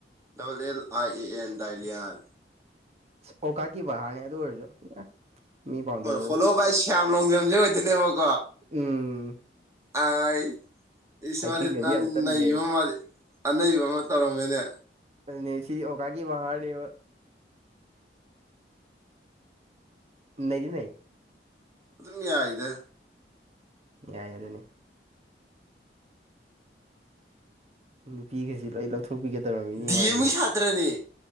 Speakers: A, on the right; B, on the right.
A: double L I A N ꯗꯥꯏꯂꯤꯌꯥꯟ
B: ꯑꯣ ꯀꯥꯀꯤ ꯕꯍꯥꯔꯅꯤ ꯑꯗꯨ ꯑꯣꯏꯔꯁꯨ ꯃꯤ ꯄꯥꯝꯖꯕꯕꯨ
A: ꯐꯣꯂꯣ ꯕꯥꯏ ꯁꯤ ꯌꯥꯝꯝ ꯂꫭꯡꯖꯝꯖ‌ꯦ ꯑꫭꯏꯗꫭꯏꯅ‌ꯦꯕ
B: ꯎꯝ
A: ꯑꯥꯏ ꯏꯤꯁ
B: ꯍꯥꯏꯀꯤꯡꯒꯗꯤ
A: ꯃꯥꯗꯤ ꯃꯥꯗꯤ
B: ꯌꯥꯝ ꯆꯠꯂꯤꯅꯦꯍꯦ
A: ꯅꯩꯕꫭ ꯃꯥꯗꯤ ꯑꯅꯩꯕ ꯑꯃ ꯇꯧꯔꯝꯃꯦꯅꯦ
B: ꯑꯗꯨꯅ‌ꯦ ꯁꯤ ꯑꯣꯀꯒꯤ ꯕꯥ ꯍꯥꯅꯦꯕ ꯅꯩꯗꯤ ꯅꯩ
A: ꯑꯗꯨꯝ ꯌꯥ ꯏꯗ
B: ꯌꯥꯏ ꯑꯗꯨꯅꯤ ꯅꯨꯄꯤꯒꯁꯤ ꯂꯣꯏ ꯂꯧꯊꯣꯛꯄꯤꯒꯊꯧꯔꯃꯤꯅꯤ
A: ꯗꯤ
B: ꯃꯥꯁꯦ
A: ꯑꯦꯝꯒꯤ ꯁꯥꯇ꯭ꯔꯅꯦ